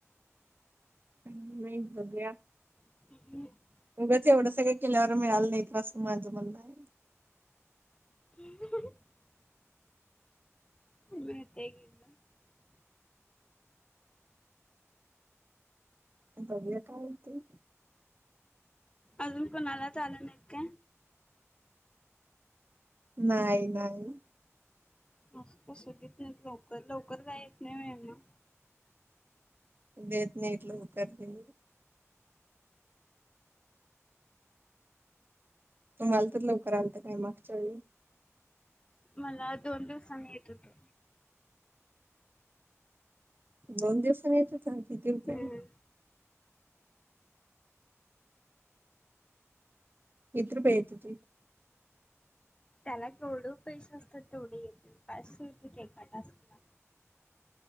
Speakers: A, on the right; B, on the left.
A: हम्म बघुया.
B: <inaudible>
A: उगंच एवढं सगळ केल्यावर मिळालं नाही तर असं माझं मन्न.
B: <inaudible> <inaudible>
A: बघुया काय होतय.
B: अजून कोणाला चालूू नाहीत का?
A: नाही नाही.
B: अस कस देत नाहीत लवकर लवकर <unintelligible> ना
A: देत नाहीत लवकर ते लोक. तुमाला तर लवकर आलत काय मागच्या वेळी?
B: मला दोन दिवसांनी येत होतं.
A: दोन दिवसांनी येत होत? सांग किती रुपये?
B: हम्म.
A: किती रूपये येत होते?
B: त्याला जेवढं पैसे असतात तेवढे येत पाचशे येत होते एका टास्कला.